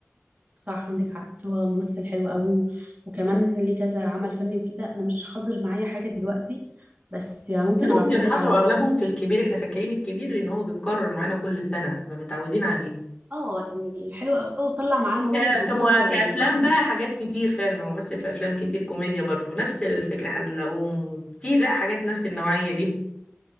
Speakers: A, on the right; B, on the left.
A: صح عندك حق هو ممثل حلو قوي و... وكمان ليه كذا عمل فني وكده انا مش حاضر معايا حاجه دلوقتي بس ممكن
B: كلهم
A: ابعتهم
B: بينحصروا
A: لك على واتساب
B: اغلبهم في الكبير احنا فاكرين الكبير لان هو بيتكرر معانا كل سنه فمتعودين عليه
A: اه يعني حلو قوي وطلع معاه مواهب
B: ك-
A: جديده
B: كم- كأفلام
A: يعني فادتني
B: بقى حاجات كتير فعلا هو مثل في أفلام كتير كوميديا برضو نفس الفكرة حزلقوم كتير لا حاجات نفس النوعية دي